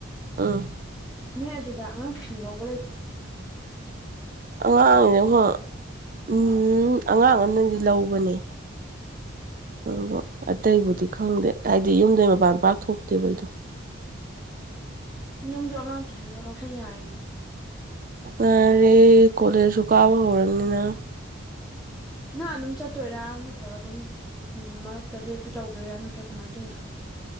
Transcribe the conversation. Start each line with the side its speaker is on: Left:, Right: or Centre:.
Right: ꯑꯥ
Centre: ꯅꯣꯏ ꯑꯗꯨꯗ ꯑꯉꯥꯡ ꯇꯨꯏꯁꯟ ꯂꯧꯕ ꯂꯩꯕ꯭ꯔꯥ
Right: ꯑꯉꯥꯡꯅꯤꯅ ꯍꯣꯏ ꯎꯝ ꯑꯉꯥꯡ ꯑꯝꯅꯗꯤ ꯂꯧꯕꯅꯦ ꯑꯗꯣ ꯑꯇꯩꯕꯨꯗꯤ ꯈꯪꯗꯦ ꯍꯥꯏꯗꯤ ꯌꯨꯝꯗꯩ ꯃꯄꯥꯟ ꯄꯥꯛ ꯊꯣꯛꯇꯦꯕ ꯑꯩꯗꯣ
Centre: ꯅꯪꯖꯨ ꯑꯉꯥꯡ ꯇꯨꯏꯁꯟꯒ ꯂꯧꯁꯟ ꯌꯥꯔꯤꯅꯦ
Right: ꯌꯥꯔꯦ ꯀꯣꯂꯦꯖꯁꯨ ꯀꯥꯕ ꯍꯧꯔꯝꯅꯤꯅ
Centre: ꯅꯪ ꯑꯗꯨꯝ ꯆꯠꯇꯣꯏꯔꯥ ꯅꯠꯇ꯭ꯔꯒ ꯑꯗꯨꯝ ꯃꯔꯛꯇ ꯂꯦꯞꯄꯤ ꯇꯧꯗꯣꯏꯔꯥ ꯅꯠꯇ꯭ꯔꯥ ꯀꯃꯥꯏ ꯇꯧꯏꯅꯣ <inaudible>